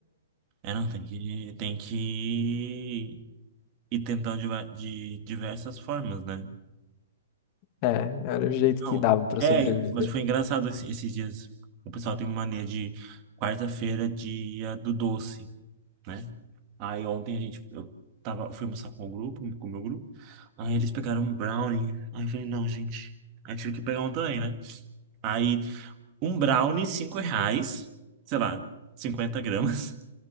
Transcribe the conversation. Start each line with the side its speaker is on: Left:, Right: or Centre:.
Right: É, não, tem que, tem que ir tentando de, va- de diversas formas, né?
Left: É, era o jeito
Right: Não,
Left: que dava pra sobreviver.
Right: é, mas foi engraçado esse- esses dias. O pessoal tem uma mania de quarta-feira, dia do doce, né? Aí ontem a gente, eu tava, eu fui almoçar com o grupo, com o meu grupo. Aí eles pegaram um brownie. Aí eu falei, não, gente, a gente tive que pegar um também, né? Aí um brownie, cinco reais, sei lá, 50 gramas.